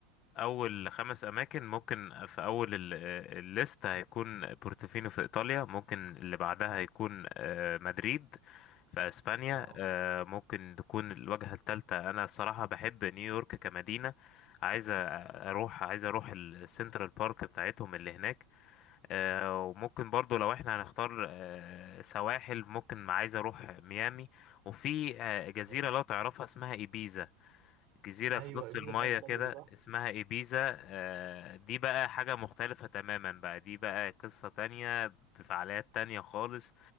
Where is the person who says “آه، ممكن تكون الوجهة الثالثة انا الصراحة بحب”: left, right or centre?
Left